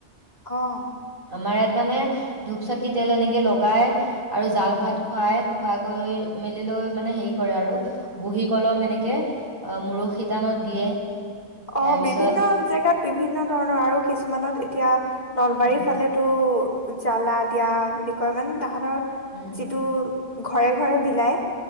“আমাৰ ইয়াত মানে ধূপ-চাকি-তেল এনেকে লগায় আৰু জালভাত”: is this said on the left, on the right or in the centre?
Right